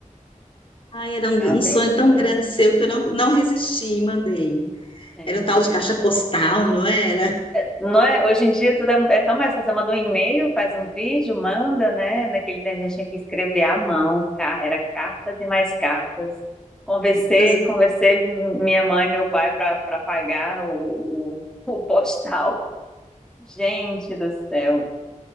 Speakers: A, on the left (about 40°); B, in the centre.
A: Ah, era um,
B: Já pensou?
A: um sonho tão grande seu que eu não, não resisti e mandei.
B: É,
A: Era um tal
B: mulher.
A: de caixa postal, não era?
B: Não é, hoje em dia tudo é, é tão mais fácil. Você manda um e-mail, faz um vídeo, manda, né? Naquele tempo a gente tinha que escrever à mão, ca- era cartas e mais cartas. Conversei,
A: Muitas
B: conversei minha mãe e meu pai para para pagar o, o, o postal. Gente do céu.